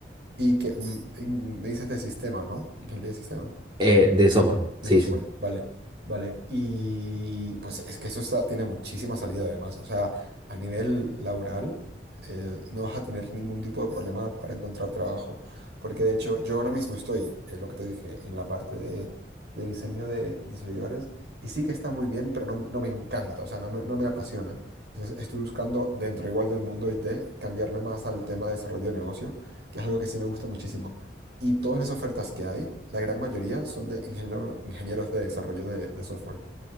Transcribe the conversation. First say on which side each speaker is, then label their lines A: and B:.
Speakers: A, on the right; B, on the right.
A: Y que mm, mm, me dices de sistema, ¿no? Ingeniería de sistema.
B: Eh, de software,
A: De
B: sí.
A: software, vale, vale. Y pues es que eso está, tiene muchísima salida además. O sea, a nivel laboral, eh, no vas a tener ningún tipo de problema para encontrar trabajo. Porque de hecho, yo ahora mismo estoy, eh, lo que te dije, en la parte de, de diseño de, de servidores. Y sí que está muy bien, pero no, no me encanta, o sea, no me, no me apasiona. Entonces estoy buscando dentro igual del mundo IT cambiarme más al tema de desarrollo de negocio, que es algo que sí me gusta muchísimo. Y todas las ofertas que hay, la gran mayoría son de ingeniero- ingenieros de desarrollo de, de software